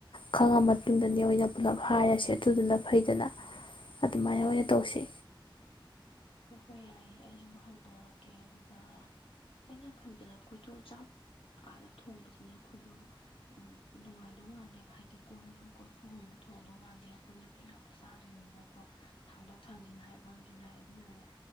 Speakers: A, on the left; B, on the left.
A: ꯈꯪꯉ ꯃꯇꯨꯡꯗꯅꯦ ꯑꯣꯏꯅ ꯄꯨꯂꯞ ꯍꯥꯏꯔꯁꯦ ꯑꯗꯨꯗꯨꯅ ꯐꯩꯗꯅ ꯑꯗꯨꯃꯥꯏꯅ ꯑꯣꯏꯅ ꯇꯧꯁꯤ
B: ꯍꯣꯏ ꯍꯣꯏ ꯌꯥꯏꯌꯦ ꯑꯩꯁꯨ ꯍꯥꯡꯗꯣꯔꯛꯀꯦ ꯑꯗꯨꯒ ꯑꯩꯅ ꯈꯟꯕꯗ ꯑꯩꯈꯣꯏꯗꯣ ꯆꯥꯛ ꯑꯥꯗ ꯊꯣꯡꯕꯗꯤꯅꯦ ꯑꯩꯈꯣꯏꯗꯣ ꯅꯨꯡꯉꯥꯏꯗꯧ ꯃꯥꯟꯗꯦꯕ ꯍꯥꯏꯗꯤ ꯀꯣꯟꯁꯨ ꯀꯣꯔꯐꯨꯒꯨꯝꯗ ꯊꯣꯡꯗꯧ ꯃꯥꯟꯗꯦ ꯑꯩꯈꯣꯏ ꯅꯨꯄꯤ ꯉꯥꯛꯇ ꯆꯥꯗꯣꯏꯅꯤꯅꯀꯣ ꯊꯥꯡꯗꯣꯛ ꯊꯥꯡꯖꯤꯟ ꯍꯥꯏꯕ ꯑꯃꯁꯨ ꯂꯩ ꯑꯗꯨꯅꯦ